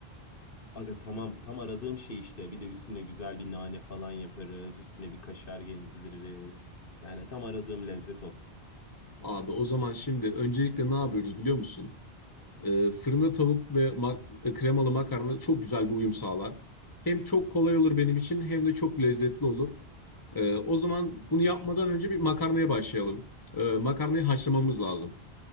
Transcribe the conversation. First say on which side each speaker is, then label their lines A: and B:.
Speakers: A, on the left; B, on the left.
A: Aga tamam, tam aradığım şey işte. Bir de üstüne güzel bir nane falan yaparız. Üstüne bir kaşar gezdiririz. Yani tam aradığım lezzet o.
B: Abi o zaman şimdi öncelikle ne yapıyoruz biliyor musun? Ee, fırında tavuk ve mak- kremalı makarna çok güzel bir uyum sağlar. Hem çok kolay olur benim için hem de çok lezzetli olur. Ee, o zaman bunu yapmadan önce bir makarnaya başlayalım. Ee, makarnayı haşlamamız lazım.